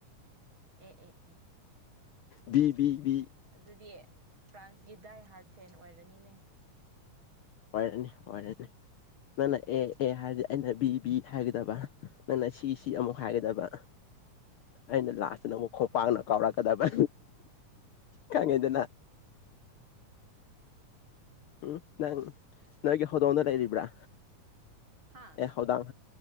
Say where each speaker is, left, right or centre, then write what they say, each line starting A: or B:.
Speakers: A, on the right; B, on the left.
A: ꯑꯦ ꯑꯦ ꯑꯦ
B: ꯕꯤ
A: ꯑ
B: ꯕꯤ ꯕꯤ
A: ꯑꯗꯨꯗꯤ ꯐ꯭ꯔꯥꯟꯁꯀꯤ ꯗꯥꯏ ꯍꯥꯔꯠ ꯐꯦꯟ ꯑꯣꯏꯔꯅꯤꯅꯦ
B: ꯋꯥꯔꯅꯤ ꯑꯣꯏꯔꯅꯤ ꯅꯪꯅ ꯑꯦ ꯑꯦ ꯍꯥꯏꯔꯗꯤ ꯑꯩꯅ ꯕꯤ ꯕꯤ ꯍꯥꯏꯒꯗꯕ ꯅꯪꯅ ꯁꯤꯁꯤ ꯐꯤ ꯑꯃꯨꯛ ꯍꯥꯏꯒꯗꯕ ꯑꯩꯅ ꯂꯥꯁꯇꯅ ꯑꯃꯨꯛ ꯈꯣꯡꯄꯥꯛꯥꯡꯅ ꯀꯥꯎꯔꯛꯀꯗꯕ ꯀꯪꯉꯩꯗꯅ ꯎꯝ ꯅꯪ ꯅꯒ ꯍꯗ ꯑꯣꯅ ꯇꯥꯏꯔꯤꯕꯕ꯭ꯔꯥ
A: ꯍꯥꯥ
B: ꯑꯦ ꯍꯧꯗꯥꯡ